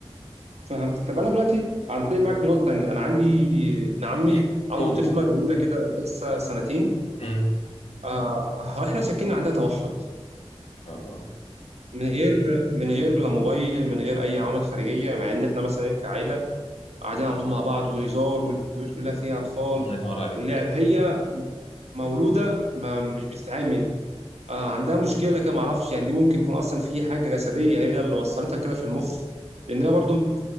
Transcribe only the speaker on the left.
يح-
قول
قول
امم
اه
الله ينور عليك